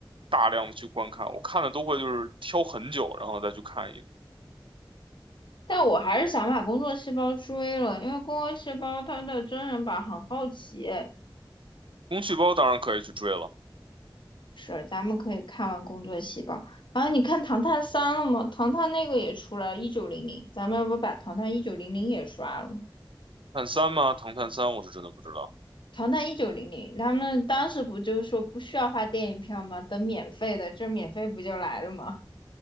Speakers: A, on the right (about 75°); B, on the left (about 65°).
A: 大量的去观看。我看的都会就是挑很久，然后再去看一部。
B: 但我还是想把《工作细胞》追了，因为《工作细胞》它的真人版很好奇。
A: 工具包当然可以去追了，
B: 是，咱们可以看完《工作细胞》，然后你看《唐探三》了吗？《唐探》那个也出来一九零零，咱们要不把《唐探一九零零》也刷了？
A: 探三吗？唐探三我是真的不知道，
B: 《唐探一九零零》，他们当时不就是说不需要花电影票吗？等免费的，这免费不就来了吗？